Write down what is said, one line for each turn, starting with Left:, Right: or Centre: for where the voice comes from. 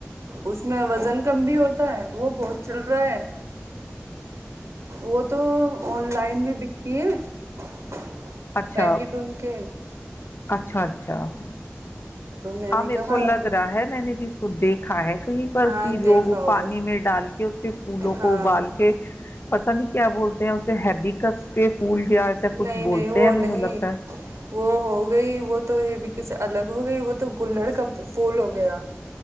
Right: اس میں وزن کم بھی ہوتا ہے <unintelligible> وہ بہت چل رہا ہے وہ تو آن لائن بھی بکتی ہے <unintelligible>
Left: اچھا
Right: پیکٹ ان کے
Left: اچھا اچھا <unintelligible>
Right: تو میں
Left: ہاں
Right: نے
Left: میرے
Right: کہا
Left: کو لگ رہا ہے میں نے بھی <unintelligible> س دیکھا ہے <unintelligible> کہیں پر
Right: ہاں
Left: کی
Right: دیکھا
Left: لوگ
Right: ہوگا
Left: پانی میں ڈال کے اس کے پھولوں
Right: ہاں
Left: کو ابال کے <unintelligible> پسند ہی کیا بولتے ہیں اسے ہیبیکس <unintelligible> ایسا کچھ
Right: نہیں
Left: بولتے
Right: نہیں وہ
Left: ہیں مجھے
Right: نہیں
Left: لگتا ہے
Right: وہ ہو گئی وہ تو ہے ب <unintelligible> ک سے الگ ہو گئی وہ تو گڑ کا پھول ہو گیا <unintelligible>